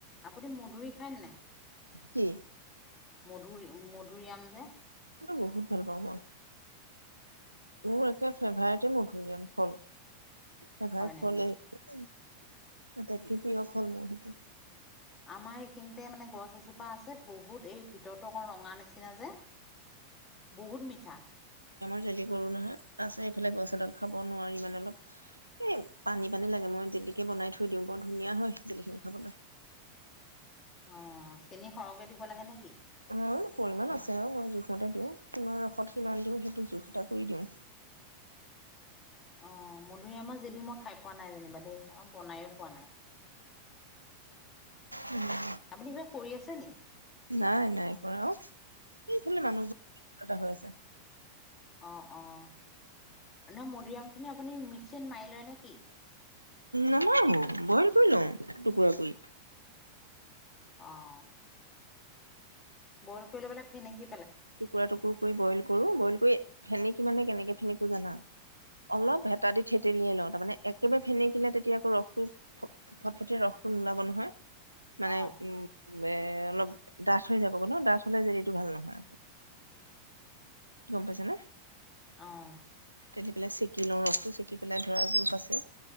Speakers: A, on the left; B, on the right.
A: আপুনি মধুৰি খায় নে
B: কি
A: মধুৰি মধুৰি আম
B: বহুত ভাল পাওঁ মই। মোৰ একে ফেভাৰটে মধুৰিআম ফল ফেভাৰেট
A: হয় নেকি?
B: ফলে। আটাইকে প্ৰিয় ফল মোৰ সেইটো
A: আমাৰ এইখিনিতে মানে গছ এজোপা আছে বহুত এই ভিতৰতো অকণ ৰঙা নিচিনা কিনা যে বহুত মিঠা।
B: হেি কৰো নহয় আছে এইফালে গ চডত খাব নোৱাৰি মানে অলপ এই পানী পানী লাগে মই জেলিকে বনাই থৈ দিওঁ বৰ ধুনীয়া হয় জেলিখিনি খাবলৈ।
A: অ চেনি সৰহকে দিব লাগে নেকি
B: অ মানে পৰিমাণ আছে আৰু মই জোখমতে দিওঁ কিমান ৰসত কিমান দিম সেইটো জোখ এটা কৰি দিওঁ।
A: অ মধুৰিআমৰ জিলি মই খাই পোৱা নাই যেনিবা দেই আৰু বনাইো পোৱা নাই
B: উম।
A: আপুনি কিবা কৰি আছেনে?
B: নাই নাই কৰা অ এইফালে মানুহবোৰ এ হৈ আছে।
A: অঁ অঁ ন মধুৰিআমখিনি আপুনি মিক্সিত মাৰি লয় নে কি
B: নামাৰো বইল কৰি লওঁ টুকুৰা কৰি
A: অঁ বইল কৰি লৈ পেললে ফে নকি
B: টুকুৰা টুকুৰ কৰি বইল কৰো বইল কৰি ফেনে কি মানে কেনেকে ফেনিকো জানা অলপ হেতা দি থেতেেলিয়াই লওঁ তাৰ মমানে একেবাৰে ভেনে কিিলে তেতিয়া আকৌ ৰসটো ফটফটিয় ৰস নোলাব নহয়। মানে
A: অ'
B: উম এ অলপ ডাঠ হৈ যাব গ' ন ডাঠ হলে যেদি এইটো ভাল নহয়। গম পাইছে নে
A: অ'।
B: তে পেলাই চেকি লওঁ ৰসটো চেকি পেলাই ধৰা জোখ আছে